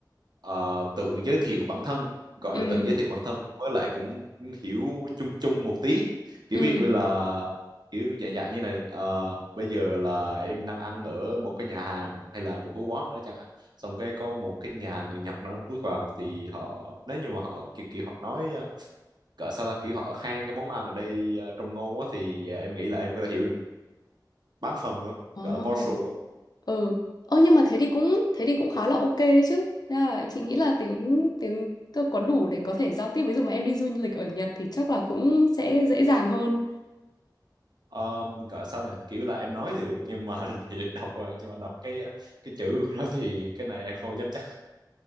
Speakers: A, on the right; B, on the left.
A: ờ, tự giới thiệu bản thân gọi
B: Ừ.
A: là tự giới thiệu bản thân với lại cũng hiểu chung chung một tí kiểu
B: Ừ.
A: ví dụ là kiểu dạng dạng như này ờ, bây giờ là em đang ăn ở một cái nhà hàng hay là một cái quán đó chẳng hạn xong cái có một cái nhà người Nhật nó bước vào thì họ nếu như mà họ kiểu, kiểu họ nói ờ, cỡ sao ta kiểu họ khen cái món ăn ở đây ờ, trông ngon quá thì ờ, em nghĩ là em có thể hiểu được bán phần nữa
B: Ồ.
A: gọi là partial thôi
B: Ừ. Ơ nhưng mà thế đi cũng thế đi cũng khá là ok đấy chứ. Thế là chị nghĩ là tiếng tiếng tôi có đủ để có thể giao tiếp ví dụ mà em đi du lịch ở Nhật thì chắc là cũng sẽ dễ dàng hơn.
A: Ờ, gọi sao này kiểu là em nói thì được nhưng mà <laughs> thì đọc rồi, nhưng mà đọc cái ờ, cái chữ của nó thì cái này em không dám chắc